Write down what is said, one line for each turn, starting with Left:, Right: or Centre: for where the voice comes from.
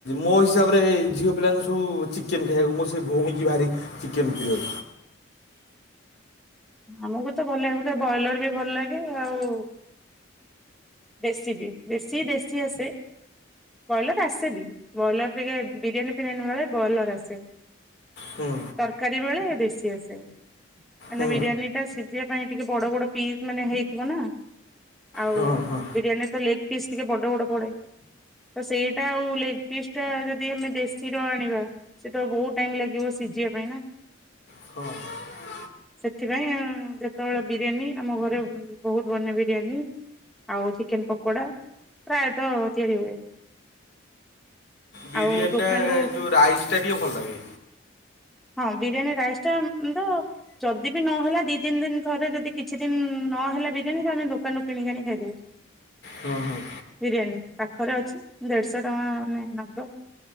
Left: ମୋ ହିସାବରେ ଝିଅ ପିଲାଙ୍କୁ ସବୁ ଚି ଚିକେନ୍ ଖାଇବାକୁ ମୋ ସେଇ ଭଉଣୀ ଭାରି ଚିକେନ୍ ପ୍ରିୟ।
Centre: ଆମକୁ ତ ଭଲ ଲାଗେ ବୋଧେ ବଏଲର ବି ଭଲ ଲାଗେ ଆଉ ଦେଶୀ ବି ବେଶୀ ଦେଶୀ ଆସେ। ବ୍ରଏଲର ଆସେନି ବ୍ରଏଲର ଟିକେ ବିରିୟାନୀ ଫିରିୟାନୀ ନେଳେ ବ୍ରଏଲର ଆସେ।
Left: ହୁଁ
Centre: ତରକାରୀ ବେଳେ ଦେଶୀ ଆସେ ହେ
Left: ହୁଁ
Centre: ବିରିୟାନୀ ଟା ସିଝିବା ପାଇଁ ଟିକେ ବଡ ବଡ ପି ମାନେ ହେଇଥିବ ନା ଆଉ
Left: ହଁ ହଁ
Centre: ବିରିୟାନୀ ତ ଲେଗ ପିସ୍ ଟିକେ ବଡ ବଡ ପଡେ। ତ ସେଇଟା ଆଉ ଲେଗ ପିସ୍ ଟା ଯଦି ଆମେ ଦେଶୀର ଆଣିବା। ସେ ତ ବହୁତ ଟାଇମ ଲାଗିବ ସିଝିବା ପାଇଁ ନା।
Left: ହଁ। <unintelligible>
Centre: ସେଥିପାଇଁ ଆ ଯେତେବେଳେ ବିରିୟାନୀ ଆମ ଘରେ ବହୁତ ବନେ ବିରିୟାନୀ। ଆଉ ଚିକେନ ପକୋଡା ପ୍ରାୟତଃ ତିଆରି ହୁଏ।
Left: ବିରିୟାନୀ
Centre: ଆଉ ଦୋକାନରୁୁ
Left: ଟା ଏ ଯଉ ରାଇସ ଟା ଟିକେ ଭଲ ଲାଗେ।
Centre: ହଁ ବିରିୟାନୀ ରାଇସ୍ ଟା ଉ ମ ତ ଯଦି ବି ନହଲା ଦି ତିନି ଦିନ ଥରେ ଯଦି କିଛି ଦିନ ନହେଲା ବିରିୟାନୀ ତ ଆମେ ଦୋକାନରୁ କିଣିକି ଆଣିକି ଖାଇଦଉ।
Left: ହୁଁ ହୁଁ।
Centre: ବିରିୟାନୀ ପାଖରେ ଅଛି ଦେଢଶହ ଟଙ୍କା ମାନେ ନବ